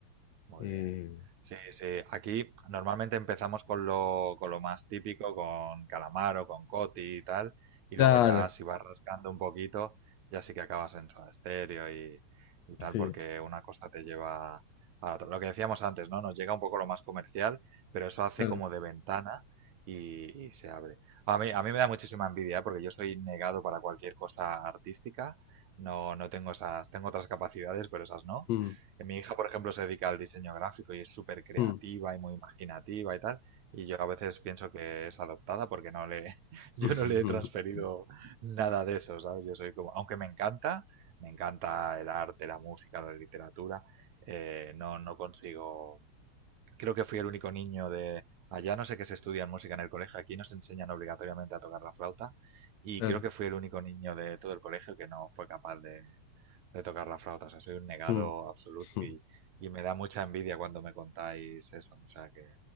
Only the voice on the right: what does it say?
Muy
bien. Sí, sí. Aquí normalmente empezamos con lo, con lo más típico, con calamar o con coti y tal, y
luego ya si vas rascando un poquito, ya sí que acabas en Soda Stereo y, y tal,
porque una cosa te lleva a la otra. Lo que decíamos antes, ¿no? Nos llega un poco lo más comercial, pero eso hace
como de ventana y, y se abre. A mí, a mí me da muchísima envidia, ¿eh? porque yo soy negado para cualquier cosa artística. No, no tengo esas, tengo otras capacidades, pero esas no.
Que mi hija, por ejemplo, se dedica al diseño gráfico y es súper creativa
y muy imaginativa y tal. Y yo a veces pienso que es adoptada porque no le, <laughs> yo
no le he transferido nada de eso, ¿sabes? Yo soy como, aunque me encanta, me encanta el arte, la música, la literatura, eh, no, no consigo. Creo que fui el único niño de allá, no sé qué se estudia en música en el colegio, aquí nos enseñan obligatoriamente a tocar la flauta y
creo que fui el único niño de todo el colegio que no fue capaz de de tocar la flauta. O sea, soy un negado
absoluto
y, y me da mucha envidia cuando me contáis eso. O sea, que,